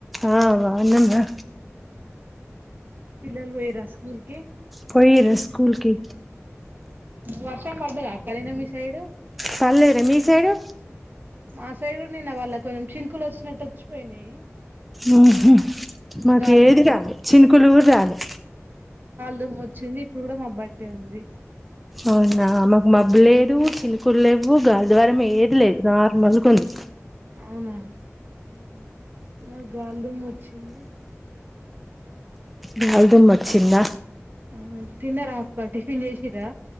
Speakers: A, in the centre; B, on the right.
A: ఆ బావున్నాం రా!
B: పిల్లల్ బోయిరా స్కూల్ కి
A: పోయిర్రు స్కూల్కి
B: వర్షం పడ్డదాక్క నీన్న మీ సైడు
A: పల్లేదే మీసైడు
B: మా సైడ్ కూడా నిన్న వాళ్లే కొంచెం చినుకులు వచ్చినట్టు, వచ్చిపోయినాయి.
A: ఉహ్ హు మాకు
B: గాలిదుమ్ము
A: ఏది రాలే, చినుకులు కూడా రాలే
B: దుమ్మోచ్చింది. ఇప్పుడు కూడా మాబ్బటే ఉంది.
A: అవునా మాకు మబ్బు లేదు, చిన్కూలు లెవ్వు, గాల్ ద్వారం ఏది లేదు. నార్మల్ గుంది.
B: అవునా మాక్ గాలిదుమ్ వచ్చింది.
A: గాల్దుమ్ వచ్చింద.
B: ఆ తిన్నారక్కా టిఫిన్ జేసిరా